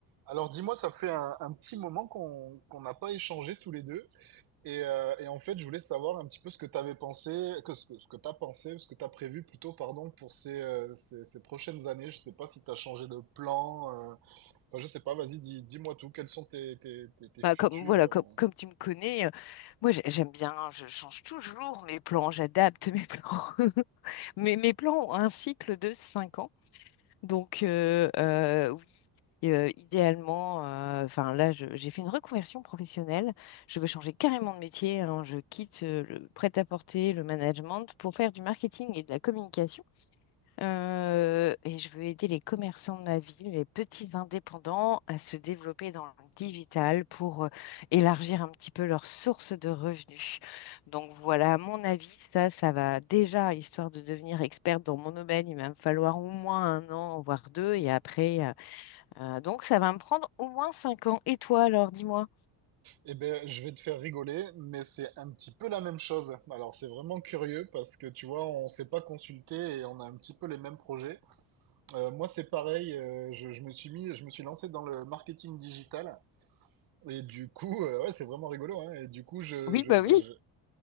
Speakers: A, on the right (about 60°); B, on the left (about 65°).
A: Alors dis-moi, ça fait un, un petit moment qu'on qu'on n'a pas échangé tous les deux. Et, euh, et en fait, je voulais savoir un petit peu ce que tu avais pensé, que ce que, ce que tu as pensé, ce que tu as prévu plutôt, pardon, pour ces, euh, ces, ces prochaines années. Je sais pas si tu as changé de plan. euh, enfin, je sais pas, vas-y, dis, dis-moi tout. Quels sont tes, tes, tes, tes
B: Bah,
A: futurs...
B: comme voilà,
A: euh.
B: comme, comme tu me connais, euh, moi j'ai- j'aime bien, je change toujours mes plans, j'adapte mes plans. <laughs> Mes, mes plans ont un cycle de 5 ans. Donc euh, euh, oui, euh, idéalement, euh, enfin là je- j'ai fait une reconversion professionnelle. Je veux changer carrément de métier. hein. Je quitte euh, le prêt-à-porter, le management pour faire du marketing et de la communication. Euh, et je veux aider les commerçants de ma ville, les petits indépendants, à se développer dans le digital pour euh, élargir un petit peu leurs sources de revenus. Donc voilà, à mon avis, ça, ça va déjà, histoire de devenir experte dans mon domaine, il va me falloir au moins un an, voire deux, et après, euh, euh, donc ça va me prendre au moins cinq ans. Et toi, alors, dis-moi.
A: Eh ben, je vais te faire rigoler, mais c'est un petit peu la même chose. Alors, c'est vraiment curieux parce que, tu vois, on s'est pas consulté et on a un petit peu les mêmes projets. Euh, moi, c'est pareil. euh, je, je me suis mis, je me suis lancé dans le marketing digital. Et du coup, euh, ouais, c'est vraiment rigolo. hein. et du coup, je,
B: Oui,
A: je,
B: bah
A: bah,
B: oui.
A: je-